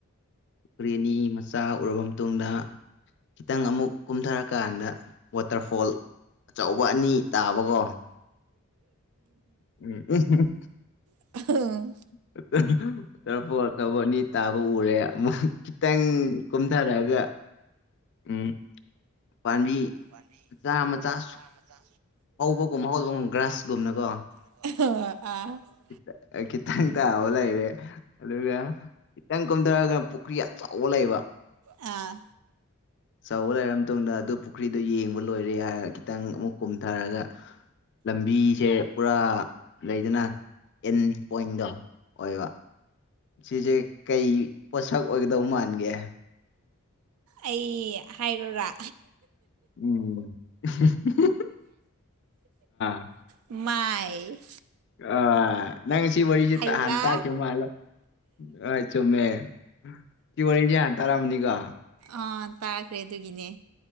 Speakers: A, on the left (about 55°); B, on the right (about 80°).
A: ꯀꯄꯨꯈꯔꯤ ꯑꯅꯤ ꯃꯆꯥ ꯎꯔꯕ ꯃꯇꯨꯡꯗ ꯈꯤꯇꯪ ꯑꯃꯨꯛ ꯀꯨꯝꯊꯔꯀꯥꯟꯗ ꯋꯥꯇꯔꯐꯣꯜ ꯑꯆꯧꯕ ꯑꯅꯤ ꯇꯥꯕꯀꯣ ꯎꯝ
B: <unintelligible>
A: <unintelligible> ꯑꯅꯤ ꯇꯥꯕ ꯎꯔꯦ ꯑꯃꯨꯛ ꯈꯤꯇꯪ ꯀꯨꯝ ꯊꯔꯛꯑꯒ ꯎꯝ ꯄꯥꯝꯕꯤ
B: ꯄꯥꯟꯕꯤ꯫
A: ꯆꯥꯃ ꯆꯥ
B: ꯆꯥꯃ ꯆꯥ꯫
A: ꯍꯧꯕꯒꯨꯝꯕ ꯍꯧꯒ ꯒ꯭ꯔꯥꯁꯒꯨꯝꯅꯀꯣ꯫
B: <unintelligible>
A: ꯀꯤꯠꯇ ꯈꯤꯠꯇꯪ ꯇꯕ ꯔꯩꯔꯦ ꯑꯗꯨꯒ, ꯈꯤꯇꯪ ꯀꯝꯊꯔꯒꯅ ꯄꯨꯈ꯭ꯔꯤ ꯑꯆꯧꯕ ꯂꯩꯕ꯫
B: ꯑꯥ
A: ꯆꯧꯕ ꯂꯩꯔ ꯃꯇꯨꯡꯗ ꯑꯗꯨ ꯄꯨꯈ꯭ꯔꯤꯗꯣ ꯌꯦꯡꯕ ꯂꯣꯏꯔꯦ ꯍꯥꯏꯔ ꯈꯤꯇꯪ ꯑꯃꯨꯛ ꯀꯨꯝꯊꯔꯒ, ꯂꯝꯕꯤꯁꯦ ꯄꯨꯔꯥ ꯂꯩꯗꯅ꯫ ꯑꯦꯟ ꯄꯣꯏꯟꯗꯣ ꯑꯣꯏꯕ ꯁꯤꯁꯦ ꯀꯩ ꯄꯣꯠꯁꯛ ꯑꯣꯏꯒꯗꯧ ꯃꯥꯟꯒꯦ?
B: ꯑꯩ ꯍꯥꯏꯔꯣꯔꯥ?
A: ꯎꯝ <unintelligible> ꯑꯥ꯫
B: ꯃꯥꯏ꯫
A: ꯑꯥ꯫ ꯅꯪꯁꯤ ꯋꯥꯔꯤꯁꯦ
B: ꯍꯩꯕ꯭ꯔꯥ
A: ꯍꯥꯟꯅ ꯇꯈꯤꯕ ꯃꯥꯜ ꯍꯣꯏ ꯆꯨꯝꯃꯦ꯫ ꯁꯤ ꯋꯥꯔꯤꯁꯦ ꯍꯥꯟ ꯇꯔꯝꯅꯤꯀꯣ꯫
B: ꯑꯥ ꯇꯥꯈ꯭ꯔꯦ ꯑꯗꯨꯒꯤꯅꯦ꯫